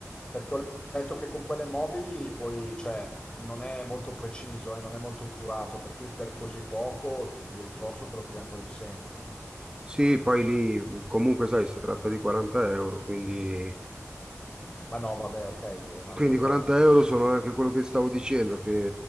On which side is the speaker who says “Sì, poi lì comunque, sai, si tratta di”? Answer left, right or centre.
Right